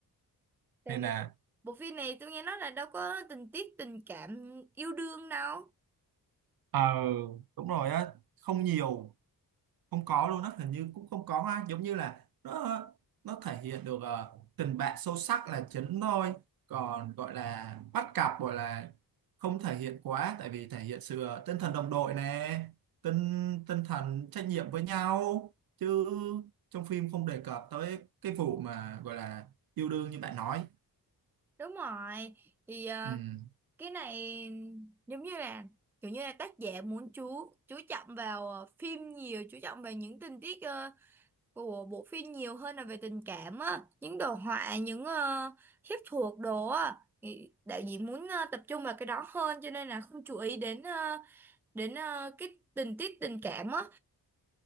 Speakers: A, in the centre; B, on the right.
A: tại
B: nên
A: vì
B: là
A: bộ phim này tôi nghe nói là đâu có tình tiết tình cảm yêu đương đâu
B: ờ đúng rồi á không nhiều không có luôn á hình như cũng không có ha giống như là nó nó thể hiện được ờ, tình bạn sâu sắc là chính thôi còn gọi là bắt cặp gọi là không thể hiện quá tại vì thể hiện sự ờ, tinh thần đồng đội nè tinh tinh thần trách nhiệm với nhau chứ trong phim không đề cập tới cái vụ mà gọi là yêu đương như bạn nói
A: đúng rồi thì ờ,
B: ừ.
A: cái này giống như là kiểu như là tác giả muốn chú chú trọng vào ờ, phim nhiều chú trọng vào những tình tiết ờ, của bộ phim nhiều hơn là về tình cảm á những đồ họa những ờ, phép thuật đồ á thì đạo diễn muốn ờ, tập trung vào cái đó hơn cho nên là không chú ý đến ờ, đến ờ, cái tình tiết tình cảm á